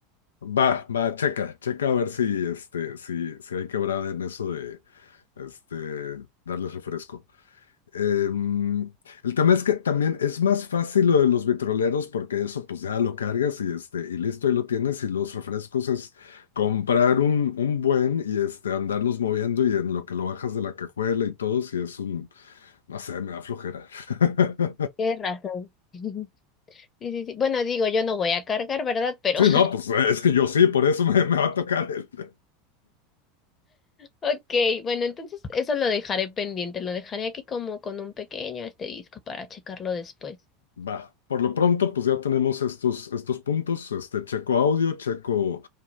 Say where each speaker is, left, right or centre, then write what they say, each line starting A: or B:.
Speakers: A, on the left; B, on the left.
A: Va, va, checa, checa a ver si, este, si, si hay quebrada en eso de, este, darles refresco. Em, el tema es que también es más fácil lo de los vitroleros porque eso pues ya lo cargas y, este, y listo, ahí lo tienes y los refrescos es comprar un, un buen y este, andarlos moviendo y en lo que lo bajas de la cajuela y todo, si es un, no sé, me da flojera. <laughs>
B: Tienes razón. <laughs> Sí, sí, sí. Bueno, digo, yo no voy a cargar, ¿verdad? Pero
A: Sí,
B: <laughs>
A: no, pues es que yo sí, por eso me, me va a tocar el... <laughs>
B: Ok, bueno, entonces eso lo dejaré pendiente, lo dejaré aquí como con un pequeño asterisco para checarlo después
A: Va, por lo pronto pues ya tenemos estos, estos puntos, este, checo audio, checo,